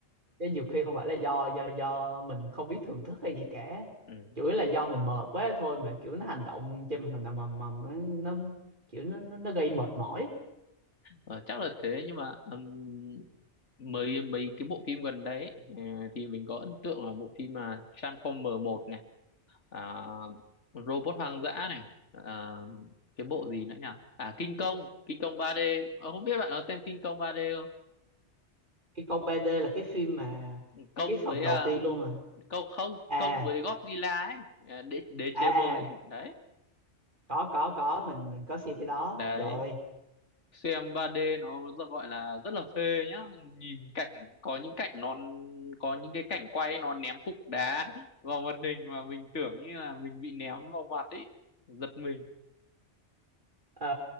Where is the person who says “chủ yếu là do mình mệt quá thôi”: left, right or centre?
Right